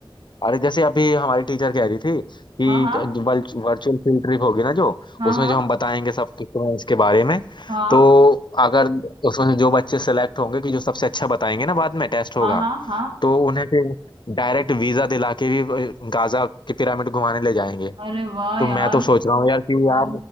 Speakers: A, on the left; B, on the right.
A: अरे जैसे अभी हमारी टीचर कह रही थी कि
B: हाँ हाँ
A: वर्चुअल फील्ड ट्रिप होगी ना जो
B: हाँ
A: उसमें जो हम बताएंगे सब कुछ तुम्हें इसके बारे में
B: हाँ
A: तो अगर उसमें से जो बच्चे सेलेक्ट होंगे कि जो सबसे अच्छा बताएंगे ना बाद में टेस्ट होगा
B: हाँ हाँ हाँ हाँ
A: तो उन्हें फिर डायरेक्ट वीजा दिला के भी अ, गाजा के पिरामिड घुमाने ले जाएंगे
B: अरे वाह
A: तो
B: यार
A: मैं तो सोच रहा हूँ यार कि यार
B: ओ